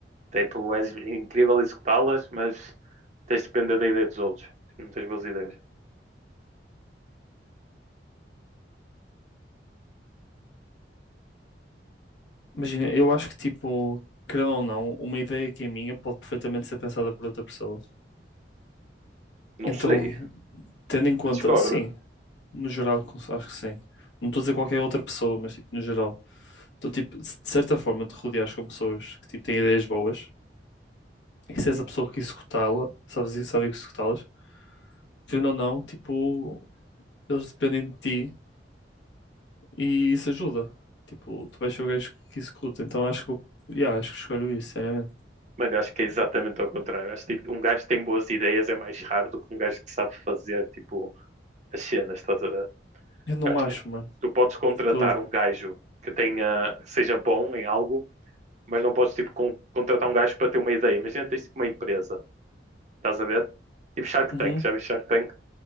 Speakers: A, on the right; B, on the left.
A: Tipo, és incrível a executá-las, mas tens de depender da ideia dos outros. Tipo, Não tens boas ideias.
B: Imagina, eu acho que, tipo, querendo ou não, uma ideia que é minha pode perfeitamente ser pensada por outra pessoa.
A: Não
B: Então,
A: sei,
B: tendo em conta,
A: eu discordo.
B: sim, no geral, acho que sim. Não estou a dizer qualquer outra pessoa, mas, tipo, no geral. Então, tipo, se de certa forma te rodeares com pessoas que, tipo, têm ideias boas, e
A: Hum.
B: se és a pessoa que executá-la, sabes, sabes executá-las, querendo ou não, tipo, eles dependem de ti E isso ajuda. Tipo, tu vais ser o gajo que executa. Então acho que, eu- yeah, acho que escolho isso, sinceramente.
A: Mano, eu acho que é exatamente ao contrário. Acho que tipo, um gajo que tem boas ideias é mais raro do que um gajo que sabe fazer tipo, as cenas, estás a ver?
B: Eu não
A: Acho
B: acho,
A: que tipo,
B: mano.
A: tu podes contratar
B: De todo.
A: um gajo que tenha, seja bom em algo, mas não podes tipo, con- contratar um gajo para ter uma ideia. Imagina tens tipo, uma empresa Estás a ver? Tipo Shark
B: Uhum,
A: Tank, já viste Shark Tank?